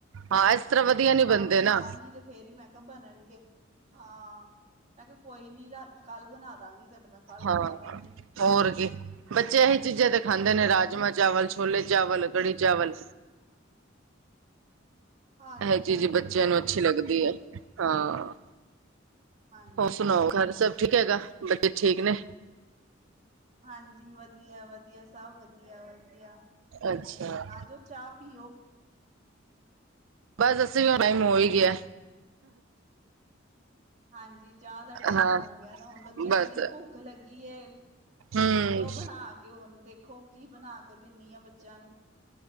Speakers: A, on the right (about 85°); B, on the right (about 35°).
A: ਹਾਂ ਇਸ ਤਰ੍ਹਾਂ
B: ਜਦੋਂ
A: ਵਧੀਆ
B: ਹੁਣ
A: ਨੀ
B: ਭਾਂ
A: ਬਣਦੇ
B: ਭਿਉਆ
A: ਨਾ
B: ਗੀ ਤੇ ਫਿਰ ਹੀ ਮੈਂ ਕਿਹਾ ਬਣਨਗੇ ਹਾਂ। ਮੈਂ ਕਿਹਾ ਕੋਈ ਨੀ ਰਾਤ ਕੱਲ੍ਹ ਬਣਾ ਦਾਂਗੀ ਤੈਨੂੰ ਮੈਂ। ਕੱਲ
A: ਹਾਂ।
B: ਖਵਾ ਦਾਂਗੀ
A: ਹੋਰ ਕੀ ਬੱਚੇ ਇਹੀ ਚੀਜ਼ਾਂ ਤੇ ਖਾਂਦੇ ਨੇ ਰਾਜਮਾਂਹ ਚਾਵਲ, ਛੋਲੇ ਚਾਵਲ, ਕੜੀ ਚਾਵਲ।
B: ਹਾਂਜੀ
A: ਇਹੋ ਚੀਜ਼
B: ਹਾਂਜੀ
A: ਬੱਚਿਆਂ ਨੂੰ ਅੱਛੀ ਲੱਗਦੀ ਐ ਹਾਂ,
B: ਹਾਂਜੀ
A: ਹੋਰ ਸੁਣਾਓ ਘਰ ਸਭ ਠੀਕ ਹੈਗਾ ਬੱਚੇ ਠੀਕ ਨੇ।
B: ਹਾਂਜੀ ਵਧੀਆ, ਵਧੀਆ ਸਭ ਵਧੀਆ, ਵਧੀਆ
A: ਅੱਛਾ,
B: ਹੋਰ ਆਜੋ ਚਾਹ ਪੀਓ।
A: ਬਸ ਅਸੀਂ ਵੀ ਹੁਣ ਟਾਈਮ ਹੋ ਹੀ ਗਿਆ।
B: ਹਾਂਜੀ ਚਾਹ ਦਾ ਟਾਇਮ
A: ਹਾਂ।
B: ਹੋ ਗਿਆ ਹੁਣ ਬੱਚੇ
A: ਬਸ
B: ਕਹਿੰਦੇ ਵੀ ਭੁੱਖ ਲੱਗੀ ਐ।
A: ਹੂੰ,
B: ਕੁਛ ਦਿਓ ਬਣਾ ਕੇ ਹੁਣ ਦੇਖੋ ਕੀ ਬਣਾ ਕੇ ਦਿੰਨੀ ਆ ਬੱਚਿਆਂ ਨੂੰ